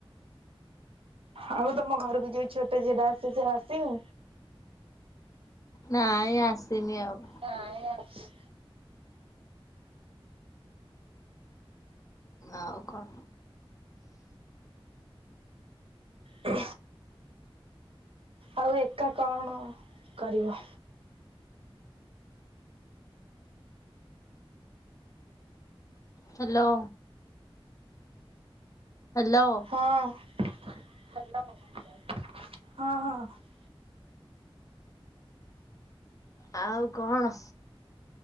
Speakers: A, on the right (about 75°); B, on the left (about 35°).
A: ଆଉ ତମ ଘରକୁ ଯୋ ଉ ଛୋଟ ଝିଏଟା ଆସେ ସେ ଆସିନି?
B: ନାଇଁ ଆସିନି ଆଉ।
A: ନାଇଁ ଆସିନି।
B: ଆଉ କଣ?
A: ହ ଆଉ ଏକା କଣ କରିବ?
B: ହ୍ୟାଲୋ। ହ୍ୟାଲୋ।
A: ହଁ ହଁ ହଁ।
B: ଆଉ କଣ?